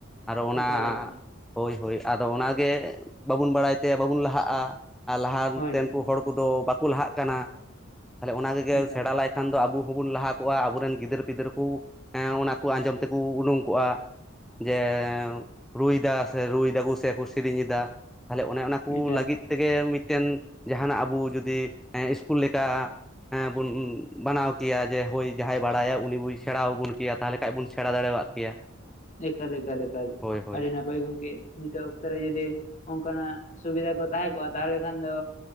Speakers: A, in the centre; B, on the left.
A: ᱟᱨ ᱚᱱᱟ
B: ᱮᱠᱟᱞ ᱮᱠᱟᱞ
A: ᱦᱳᱭ ᱦᱳᱭ ᱟᱫᱚ ᱚᱱᱟᱜᱮ ᱵᱟᱵᱚᱱ ᱵᱟᱲᱟᱭ ᱛᱮ ᱵᱟᱵᱚᱱ ᱞᱟᱦᱟᱜᱼᱟ᱾ ᱟᱨ ᱞᱟᱦᱟᱛᱮᱱ
B: ᱦᱳᱭ ᱦᱳᱭ
A: ᱠᱚ ᱦᱚᱲ ᱠᱚᱫᱚ ᱵᱟᱠᱚ ᱞᱟᱦᱟᱜ ᱠᱟᱱᱟ ᱛᱟᱦᱚᱞᱮ ᱚᱱᱟ ᱵᱮᱜᱚᱨ
B: ᱮᱠᱟᱞ
A: ᱥᱮᱬᱟᱸᱞᱟᱭ ᱠᱷᱟᱱ ᱫᱚ ᱟᱵᱚ ᱦᱚᱸᱵᱚᱱ ᱞᱟᱦᱟ ᱠᱚᱜᱼᱟ ᱟᱵᱚᱨᱮᱱ ᱜᱤᱫᱟᱹᱨ-ᱯᱤᱫᱟᱹᱨ ᱠᱚ ᱮᱸ ᱚᱱᱟ ᱠᱚ ᱟᱸᱡᱚᱢ ᱛᱮᱠᱚ ᱩᱰᱩᱝ ᱠᱚᱜᱼᱟ᱾ ᱡᱮ ᱨᱩᱭ ᱫᱟ ᱥᱮ ᱨᱩᱭ ᱫᱟᱠᱚ ᱥᱮᱠᱚ ᱥᱮᱨᱮᱧᱮᱫᱟ, ᱛᱟᱦᱚᱞᱮ ᱚᱱᱮ ᱚᱱᱟ ᱠᱚ
B: ᱮᱠᱟᱞ
A: ᱞᱟᱹᱜᱤᱫ
B: ᱮᱠᱟᱞ
A: ᱛᱮᱜᱮ ᱢᱤᱫᱴᱮᱱ ᱡᱟᱦᱟᱸᱱᱟᱜ ᱟᱵᱚ ᱡᱩᱫᱤ ᱮᱸ ᱤᱥᱠᱩᱞ ᱞᱮᱠᱟ ᱦᱮᱸ ᱵᱚᱱ ᱵᱟᱱᱟᱣ ᱠᱮᱭᱟ ᱡᱮ ᱦᱳᱭ ᱡᱟᱦᱟᱸᱭ ᱵᱟᱲᱟᱭᱟ ᱩᱱᱤ ᱵᱩᱭ ᱥᱮᱬᱟ ᱟᱵᱚᱱ ᱠᱮᱭᱟ ᱛᱟᱦᱚᱞᱮ ᱠᱷᱟᱡ ᱵᱚᱱ ᱥᱮᱬᱟᱸ ᱫᱟᱲᱮᱭᱟᱜ ᱠᱮᱭᱟ᱾
B: ᱮᱠᱟᱞ ᱮᱠᱟᱞ ᱮᱠᱟᱞ
A: ᱦᱳᱭ ᱦᱳᱭ
B: ᱟᱹᱰᱤ ᱱᱟᱯᱟᱭ ᱜᱚᱝᱠᱮ, ᱱᱤᱛᱚᱜ ᱚᱠᱛᱚ ᱨᱮ ᱡᱩᱫᱤ ᱚᱱᱠᱟᱱᱟᱜ ᱥᱩᱵᱤᱫᱷᱟ ᱠᱚ ᱛᱟᱦᱮᱸ ᱠᱚᱜᱼᱟ ᱛᱟᱦᱚᱞᱮ ᱠᱷᱟᱱ ᱫᱚ